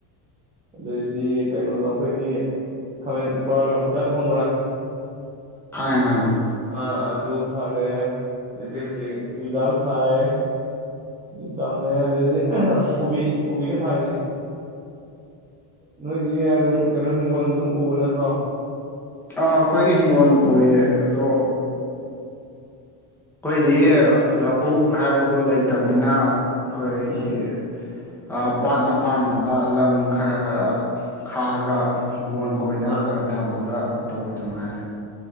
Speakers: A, on the right; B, in the centre.
A: ꯑꯗꯩꯗꯤ ꯀꯩꯅꯣꯗꯣ ꯑꯩꯈꯣꯏꯒꯤ ꯈꯥꯃꯦꯟ ꯕꯥꯔꯃꯥꯁꯤꯀꯥꯗꯣ ꯈꯪꯕꯔ
B: ꯈꯪꯉꯦ ꯈꯪꯉꯦ
A: ꯑ ꯑꯗꯨ ꯊꯥꯔꯦ ꯑꯗꯩꯗꯤ ꯍꯧꯖꯤꯛ ꯆꯨꯖꯥꯛ ꯊꯥꯏ ꯆꯨꯖꯥꯛꯅꯦ ꯑꯗꯩꯗꯤ ꯀꯣꯕꯤ ꯀꯣꯕꯤꯒ ꯊꯥꯏꯌꯦ ꯅꯣꯏꯗꯤ ꯑꯗꯨꯝ ꯍꯤꯡꯒꯣꯜ ꯑꯗꯨꯝ ꯎꯕ ꯅꯠꯇꯔꯣ
B: ꯑ ꯑꯩꯈꯣꯏꯒꯤ ꯍꯤꯡꯒꯣꯜ ꯀꯣꯏꯌꯦ ꯑꯗꯣ ꯑꯈꯣꯏꯗꯤ
A: ꯀꯔꯤ ꯀꯔꯤ ꯊꯥꯕ
B: ꯂꯕꯨꯛ ꯍꯥꯏꯕꯗꯣ ꯂꯩꯇꯝꯅꯤꯅ ꯑꯈꯣꯏꯒꯤ
A: ꯎꯝ
B: ꯑ ꯄꯥꯠ ꯃꯥꯄꯥꯟꯗ ꯂꯝ ꯈꯔ ꯈꯔ ꯈꯥꯛꯑꯒ ꯍꯤꯡꯒꯣꯜ ꯀꯣꯏꯅꯕ
A: ꯑꯥ
B: ꯈꯔ ꯈꯔ ꯊꯝꯃꯒ ꯇꯧꯕꯗꯨ ꯉꯥꯏꯔꯦ